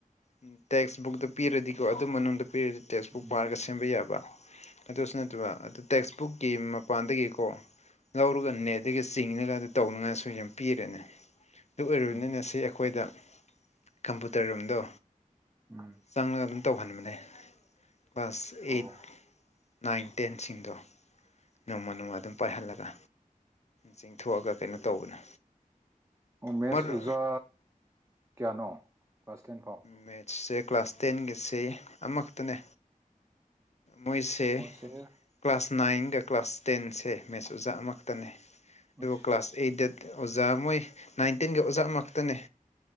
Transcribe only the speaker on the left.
ꯎꯝ ꯇꯦꯛꯁ ꯕꯨꯛꯇ ꯄꯤꯔꯗꯤꯀꯣ ꯑꯗꯨ ꯃꯅꯨꯡꯗ ꯄꯤꯔꯗꯤ ꯇꯦꯛꯁꯕꯨꯛ
ꯄꯥꯔꯒ ꯁꯦ ꯁꯦꯝꯕ ꯌꯥꯕ ꯑꯗꯨꯁꯨ ꯅꯠꯇ꯭ꯔꯕ ꯑꯗꯨ ꯇꯦꯛꯁꯕꯨꯛꯀꯤ ꯃꯄꯥꯟꯗꯒꯤꯀꯣ ꯗꯨꯒ ꯅꯦꯠꯇꯒꯤ ꯆꯤꯡꯉꯒ ꯑꯗꯨ ꯇꯧꯅꯉꯥꯏꯁꯨ ꯌꯥꯝ ꯄꯤꯔꯦꯅꯦ ꯑꯗꯨꯒ ꯔꯨꯏꯅꯅꯤꯁꯤ
ꯑꯛ ꯈꯣꯏꯗ ꯀꯝꯄꯨꯇꯔ ꯔꯨꯝꯗꯣ
ꯆꯪꯉ ꯑꯗꯨꯝ ꯇꯧꯍꯟꯕꯅꯦ ꯀ꯭ꯂꯥꯁ ꯑꯦꯠ
ꯅꯥꯏꯟ ꯇꯦꯟꯁꯤꯡꯗꯣ ꯅꯣꯡꯃ ꯅꯨꯡꯉ ꯑꯗꯨꯝ ꯄꯥꯏꯍꯜꯂꯒ ꯆꯤꯡꯊꯣꯛꯑꯒ ꯀꯩꯅꯣ ꯇꯧꯕꯅꯦ
ꯃꯔ
ꯃꯦꯠꯁꯁꯦ ꯀ꯭ꯂꯥꯁ ꯇꯦꯟꯒꯤꯁꯦ ꯑꯃ ꯈꯠꯇꯅꯦ ꯃꯣꯏꯁꯦ
ꯀ꯭ꯂꯥꯁ ꯅꯥꯏꯟꯒ ꯀ꯭ꯂꯥꯁ ꯇꯦꯟꯁꯦ ꯃꯦꯠꯁ ꯎꯖꯥ ꯑꯃ ꯈꯇꯅꯦ ꯑꯗꯨꯒ
ꯀ꯭ꯂꯥꯁ ꯐꯦ ꯗꯦꯠ ꯑꯣꯖꯥ ꯃꯣꯏ ꯅꯥꯏꯟꯇꯤꯟꯒꯤ ꯑꯣꯖꯥ ꯑꯃ ꯑꯃ ꯈꯇꯅꯦ